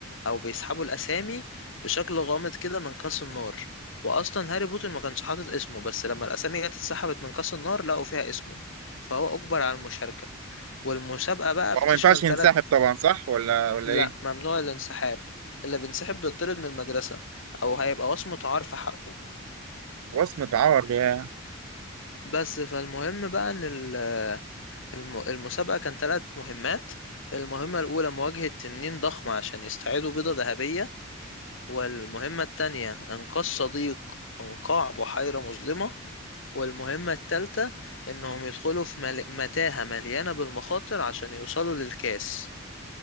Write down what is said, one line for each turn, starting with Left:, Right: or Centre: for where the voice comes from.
Left: او بيسحبوا الاسامي بشكل غامض كده من كاس النار واصلا هاري بوتر ما كانش حاطط اسمه بس لما الاسامي جت اتسحبت من كاس النار لقوا فيها اسمه فهو اجبر على المشاركة والمسابقة بقى
Right: هو
Left: بتشمل
Right: ما ينفعش
Left: ثلاث
Right: ينسحب طبعا صح ولا ولا
Left: لا
Right: ايه
Left: ممنوع الانسحاب اللي بينسحب بيطرد من المدرسة او هيبقى وصمة عار في حقه
Right: وصمة عار يا
Left: بس فالمهم بقى ان ال- الم- المسابقة كان ثلاث مهمات المهمة الاولى مواجهة تنين ضخمة عشان يستعيدوا بيضة ذهبية والمهمة التانية انقاذ صديق من قاع بحيرة مظلمة والمهمة التالتة انهم يدخلوا في مل... متاهة مليانة بالمخاطر عشان يوصلوا للكاس